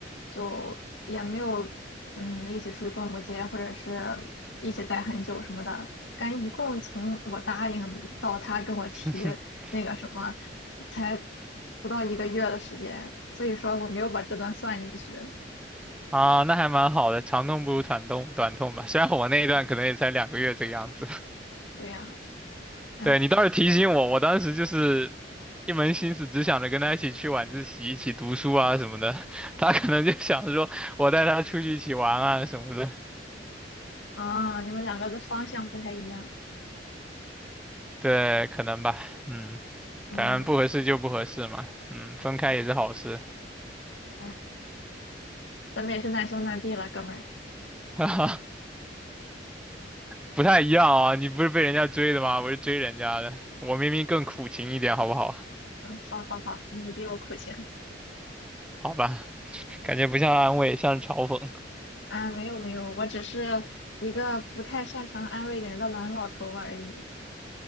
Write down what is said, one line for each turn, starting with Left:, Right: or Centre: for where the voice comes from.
Left: 就也没有嗯一起出去逛过街，或者是一起待很久什么的。感觉一共从我答应到他跟我提
Centre: <laughs>
Left: 那个什么，才不到一个月的时间，所以说我没有把这段算进去。
Centre: 啊，那还蛮好的，长痛不如短痛，短痛吧。虽然我那一段可能也才两个月这个样子。
Left: 对呀，哎，
Centre: 对，你倒是提醒我，我当时就是一门心思只想着跟他一起去晚自习、一起读书啊什么的，<laughs> 他可能就想着说我带他出去一起玩啊什么的，
Left: 啊，你们两个的方向不太一样。
Centre: 对，可能吧，嗯，
Left: 嗯，
Centre: 反正不合适就不合适嘛，嗯，分开也是好事，
Left: 哎，咱们也是难兄难弟了，哥们儿。
Centre: <laughs> 哈哈，不太一样啊，你不是被人家追的吗？我是追人家的，我明明更苦情一点，好不好？
Left: 嗯，好好好，你比我苦情。
Centre: 好吧，感觉不像安慰，像是嘲讽。
Left: 啊，没有没有，我只是一个不太擅长安慰人的懒老头而已。